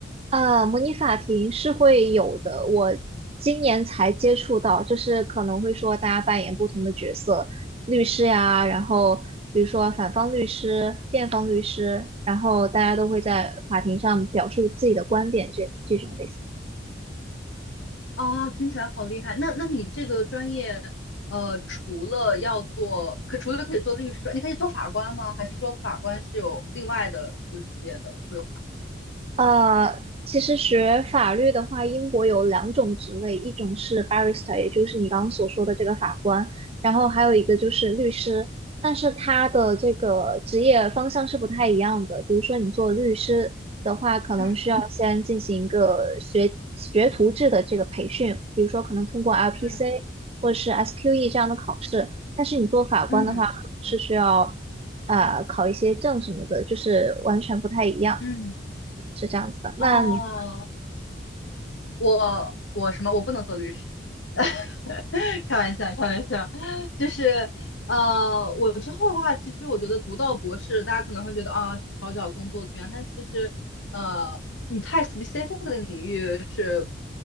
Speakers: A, on the right (about 30°); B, on the left (about 85°).
A: 呃，模拟法庭是会有的，我今年才接触到，就是可能会说大家扮演不同的角色，律师呀，然后比如说反方律师、辩方律师，然后大家都会在法庭上表述自己的观点这这种类型。
B: 啊，听起来好厉害。那那你这个专业，呃，除了要做，可除了可以做律师，你可以做法官吗？还是说法官是有另外的一个职业的规划？
A: 呃，其实学法律的话，英国有两种职位，一种是 barrister，也就是你刚刚所说的这个法官，然后还有一个就是律师，但是他的这个职业方向是不太一样的。比如说你做律师的话，可能需要先进行一个学学徒制的这个培训，
B: 嗯
A: 比如说可能通过 LPC
B: 嗯
A: 或者是 SQE 这样的考试，但是你做法官的话是需要啊考一些证什么的，
B: 嗯，
A: 就是完全不太一样。
B: 嗯，
A: 是这样子的。那你
B: 哦，我我什么？我不能做律师，<laughs> 开玩笑，开玩笑，就是呃，我之后的话，其实我觉得读到博士，大家可能会觉得啊，好找工作怎么样？但其实呃，你太 specific 的领域是